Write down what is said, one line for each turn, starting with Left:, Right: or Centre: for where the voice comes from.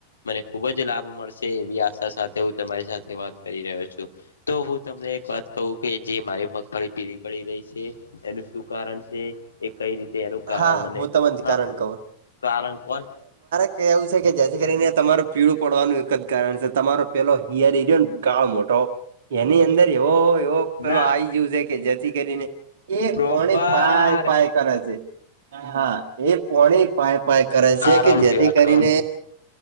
Left: મને ખુબ જ લાભ મળશે એવી આશા સાથે હું તમારી સાથે વાત કરી રહ્યો છું. તો હું તમને એક વાત કહું કે જે મારી મગફળી પીવી પડી રહી છે. એનું શું કારણ છે. એ કઈ રીતે એનું કારણ
Right: હા
Left: મને
Right: હું તમને
Left: હ
Right: કારણ
Left: કારણ કોન?
Right: કે એવું સે કે જેથી કરીને તમારું પીળું પડવાનું એક જ કારણ છે તમારો પેલો હિયરિયોને કાળ મોટ તો એની અંદર એવો એવો પેલો
Left: ના
Right: આ ગયું છે કે જેથી કરીને એ
Left: પ્રોપર
Right: કોને પાાય પાાય કરે છે. હા એ પોણે પાય પાય કરે છે
Left: આ રાઉલ
Right: કે જેથી
Left: થી વાત
Right: કરીને
Left: કરું